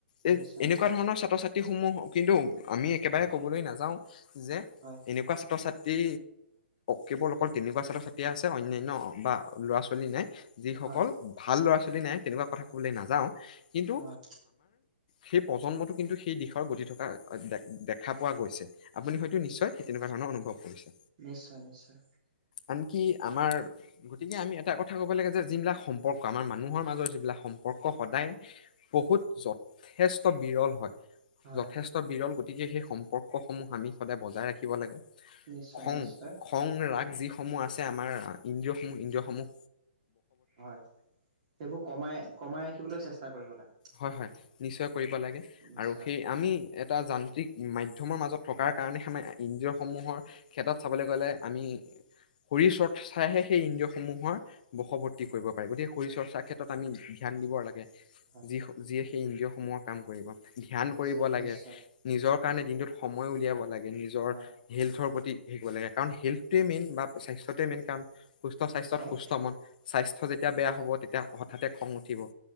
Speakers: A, on the left (about 45°); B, on the right (about 40°).
A: এ
B: নিশ্চয়
A: এনেকুৱা
B: নিশ্চয়
A: ধৰণৰ ছাত্ৰ-ছাত্ৰী সমূহ কিন্তু আমি একেবাৰে ক'বলৈ নাযাওঁ যে
B: হয়
A: এনেকুৱা ছাত্ৰ-ছাত্ৰী কেৱল অকল তেনেকুৱা ছাত্ৰ-ছাত্ৰী আছে অন্যান্য বা ল'ৰা-ছোৱালী নাই যিসকল
B: হয়
A: ভাল ল'ৰা-ছোৱালী <unintelligible> তেনেকুৱা কথা ক'বলৈ নাযাওঁ। কিন্তু
B: হয়
A: সেই প্ৰজন্মটো কিন্তু সেই দিশৰ গতি থকা দে-দেখা পোৱা গৈছে। আপুনি হয়তো নিশ্চয় সেই তেনেকুৱা ধৰণৰ অনুভৱ কৰিছে।
B: নিশ্চয় নিশ্চয়
A: আনকি আমাৰ, গতিকে আমি এটা কথা ক'ব লাগে যে যিবিলাক সম্পৰ্ক আমাৰ মানুহৰ মাজৰ যিবিলাক সম্পৰ্ক সদায় বহুত যথেষ্ট বিৰল হয়।
B: হয়
A: যথেষ্ট বিৰল গতিকে সেই সম্পৰ্কসমূহ আমি সদায় বজাই ৰাখিব লাগে।
B: নিশ্চয়,
A: খং
B: নিশ্চয়।
A: খং ৰাগ যিসমূহ আছে আমাৰ ইন্দ্ৰিয়সমূহ-ইন্দ্ৰিয়সমূহ।
B: হয়, সেইবোৰ কমাই-কমাই ৰাখিবলৈ চেষ্টা কৰিব লাগে।
A: হয়-হয়, নিশ্চয় কৰিব লাগে,
B: নিশ্চয়
A: আৰু সেই আমি এটা যান্ত্ৰিক মাধ্যমৰ মাজত থকাৰ কাৰণে <unintelligible> ইন্দ্ৰিয়সমূহৰ ক্ষেত্ৰত চাবলৈ গ'লে আমি শৰীৰ চৰ্চাইহে সেই ইন্দ্ৰিয়সমূহৰ বশৱৰ্তি কৰিব পাৰি, গতিকে শৰীৰ
B: হয়
A: চৰ্চাৰ ক্ষেত্ৰত আমি ধ্যান দিব লাগে,
B: হয়
A: যি যিয়ে সেই ইন্দ্ৰিয়সমূহৰ কাম কৰিব, ধ্যান
B: নিশ
A: কৰিব লাগে,
B: নিশ্চয়
A: নিজৰ কাৰণে দিনটোত সময় উলিয়াব লাগে, নিজৰ
B: হয়
A: হেল্থৰ প্ৰতি শিকিব লাগে কাৰণ হেল্থটোৱে মেইন বা স্বাস্থ্যটোৱে মেইন কাৰণ সুস্থ
B: নিশ্চয়
A: স্বাস্থ্যত সুস্থ মন, স্বাস <inaudible> যেতিয়া বেয়া হ'ব তেতিয়া হঠাতে খং উঠিব।